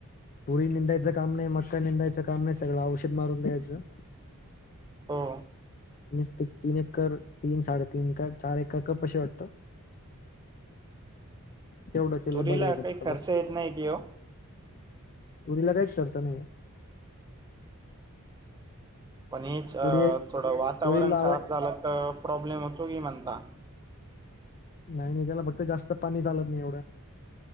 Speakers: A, on the left (about 40°); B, on the right (about 20°).
A: तरी निंदायचं काम नाही मक्का निेंदायचं काम नाही सगळं औषध मारून द्यायचं.
B: हो.
A: न तीन एककर तीन साडेतीीन कर चार एकर कर कशी वाटतं. तेवढं त्याला
B: तुरीला
A: बघायचं
B: काही
A: फक्त
B: खर्च
A: बस
B: येत नाही कि हो.
A: तुरीला काहीच अर्थ नाही.
B: पण हेच
A: तुरी
B: थोडं वातावरण
A: तुरी लावाय
B: खराब झालं तर प्रॉब्लेम होतो की म्हणता.
A: नाही नाही त्याला फक्त जास्त पाणी चालत नाही एवढं.